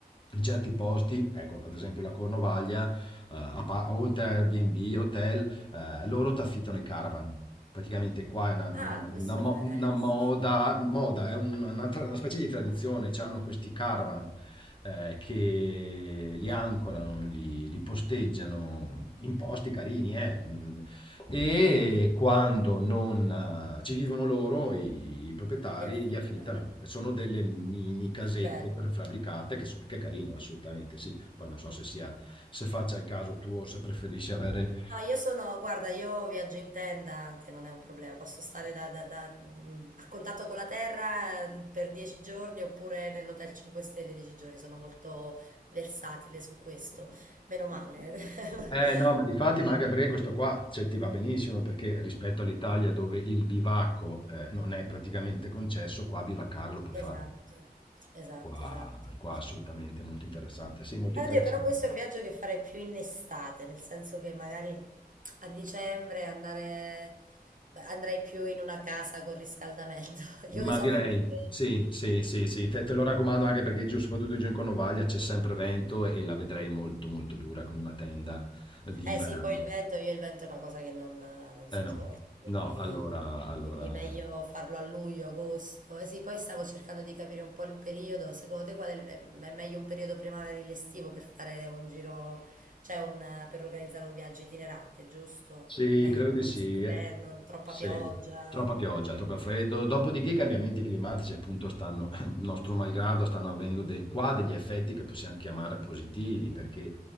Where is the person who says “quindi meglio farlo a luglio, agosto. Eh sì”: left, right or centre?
Right